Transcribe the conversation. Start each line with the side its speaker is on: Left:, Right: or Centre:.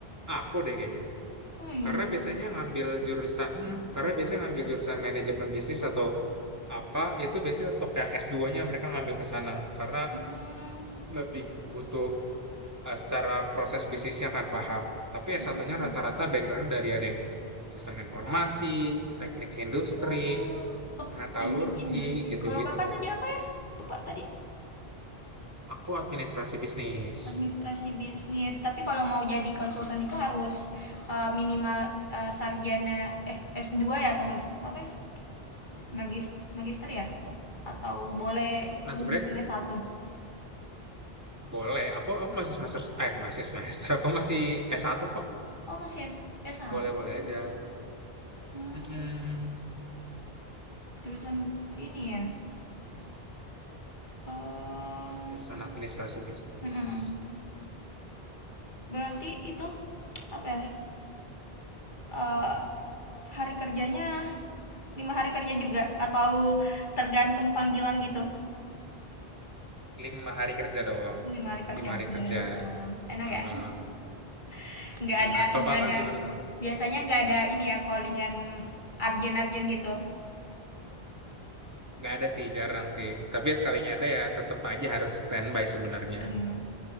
Right: aku deh kayaknya.
Left: Oh iya,
Right: Karena biasanya ngambil jurusan hmm, karena biasanya ngambil jurusan manajemen bisnis atau apa, itu biasanya untuk yang s dua nya mereka ngambil ke sana. Karena
Left: mmm,
Right: lebih butuh eh, secara proses bisnisnya akan paham. Tapi
Left: mhm.
Right: S1-nya rata-rata background-nya dari ada yang sistem informasi, teknik industri,
Left: Oh, oh
Right: metalurgi,
Left: teknik industri.
Right: gitu-gitu.
Left: Kalau Kakak tadi apa ya? Lupa tadi.
Right: Aku administrasi bisnis.
Left: administrasi bisnis tapi kalau mau jadi konsultan itu harus eh, minimal eh, sarjana eh s dua ya atau magister apa ya magis magister ya
Right: Oh,
Left: atau boleh
Right: nah
Left: lulusan
Right: sebenarnya
Left: S1
Right: boleh. Aku aku masih semester eh masih semester. Aku masih S1 kok.
Left: oh masih S S1
Right: Boleh-boleh aja.
Left: Hmm,
Right: Mm-mm.
Left: jurusan ini ya Em,
Right: Jurusan administrasi bisnis.
Left: mm-mm.
Right: Itu
Left: berarti itu apa ya Eh, hari kerjanya lima hari kerja juga atau tergantung panggilan gitu
Right: lima hari kerja doang.
Left: lima hari kerja
Right: Lima hari
Left: aja.
Right: kerja.
Left: Oh, enak
Right: Eh,
Left: ya? <laughs> Nggak
Right: enak.
Left: ada,
Right: Kalau
Left: nggak
Right: kakak
Left: ada.
Right: gimana tuh?
Left: Biasanya nggak ada ini ya, callingan arjen-arjen gitu.
Right: Nggak ada sih, jarang sih. Tapi ya sekalinya ada ya tetap aja harus standby sebenarnya.
Left: Mm.